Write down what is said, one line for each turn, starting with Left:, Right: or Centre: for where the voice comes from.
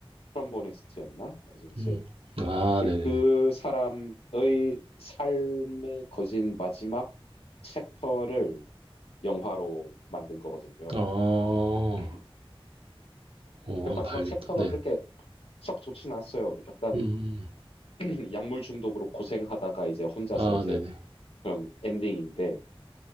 Left: 트럼보니스트였나? 맞아 이제
Right: 음. 아 네네네.
Left: 그 사람의 삶에 거진 마지막 챕터를 영화로 만든 거거든요.
Right: 어.
Left: <clears throat>
Right: 어
Left: 근데
Right: 한번
Left: 마지막
Right: 봐야겠다.
Left: 챕터가
Right: 네.
Left: 그렇게 썩 좋진 않았어요. 약간
Right: 음음
Left: <clears throat> 약물 중독으로 고생하다가 이제 혼자서
Right: 아
Left: 이제
Right: 네네.
Left: 그런 엔딩인데